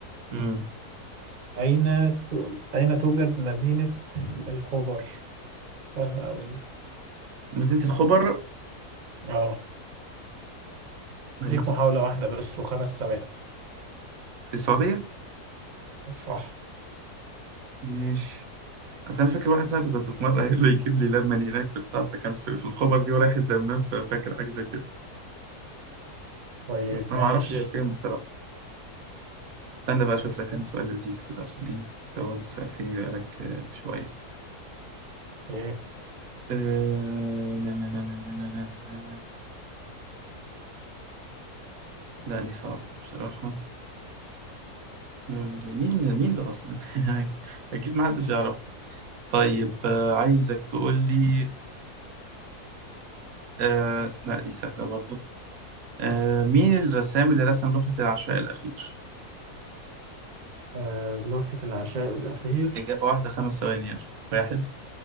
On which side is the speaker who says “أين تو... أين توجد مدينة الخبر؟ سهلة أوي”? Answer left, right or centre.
Right